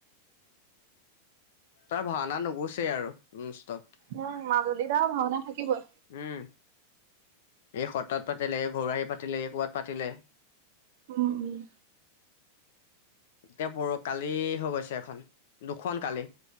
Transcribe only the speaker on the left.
তাৰ ভাওনা নুগুছেই আৰু ননস্তপ
উম, এই সত্ৰত পাতিলে, এই ঘৰুৱাহী পাতিলে এই ক'বাত পাতিলে।
এতিয়া পৰ, কালি হৈ গৈছে এখন, দুখন কালি